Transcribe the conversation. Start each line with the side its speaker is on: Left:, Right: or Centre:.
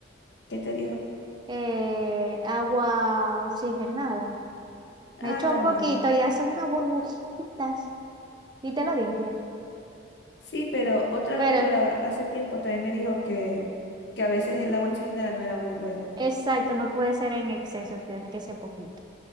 Left: ¿Qué te dijo?
Right: Eh, agua oxigenada. Me
Left: Ah,
Right: echó
Left: también.
Right: un poquito y hace unas burbujitas y te lo limpia.
Left: Sí, pero otra
Right: Pero,
Left: doctora hace tiempo también me dijo que, que a veces el agua oxigenada no era muy bueno.
Right: exacto, no puede ser en exceso, tiene que ser poquito.